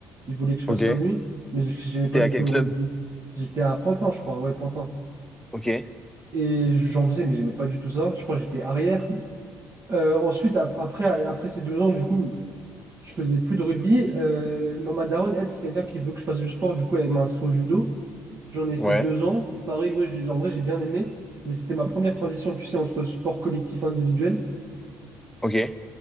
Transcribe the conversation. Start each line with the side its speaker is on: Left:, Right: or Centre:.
Right: il voulait que je fasse
Centre: Ok.
Right: comme lui. Mais j- j'aimais pas
Centre: T'es
Right: du
Centre: à quel
Right: tout le
Centre: club?
Right: rugby. J'étais à Pantin, je crois. Ouais, Pantin.
Centre: Ok.
Right: Et j'en faisais, mais j'aimais pas du tout ça. Je crois que j'étais arrière. Euh, ensuite, ap- après, après ces deux ans, du coup, je faisais plus de rugby. Euh, ma ma daronne, elle, c'est quelqu'un qui veut que je fasse du sport. Du coup, elle m'a inscrit au judo. J'en ai
Centre: Ouais.
Right: fait deux ans. Pareil, ouais, j'ai- en vrai, j'ai bien aimé. Mais c'était ma première transition, tu sais, entre sport collectif et individuel.
Centre: Ok. Et